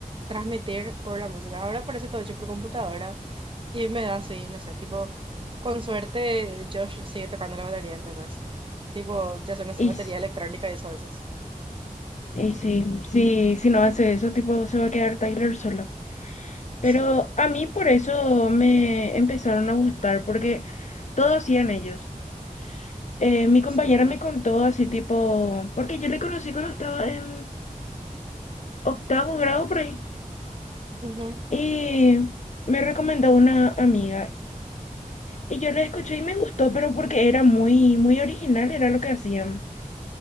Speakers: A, on the right; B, on the left.
A: transmitir por la música. Ahora parece todo hecho por computadora y me da así, no sé, tipo, con suerte Josh sigue tocando la batería, ¿entendés? Tipo, ya son así
B: Y,
A: batería
B: s-
A: electrónica y eso, a veces
B: y sí, sí, si no hace eso, tipo, se va a quedar Tyler solo. Pero
A: Sí,
B: a mí por eso me empezaron a gustar, porque todo hacían ellos. Eh, mi compañera
A: sí.
B: me contó así tipo, porque yo le conocí cuando estaba en octavo grado por ahí,
A: Ujú.
B: y me recomendó una amiga. Y yo la escuché y me gustó, pero porque era muy, muy original, era lo que hacían.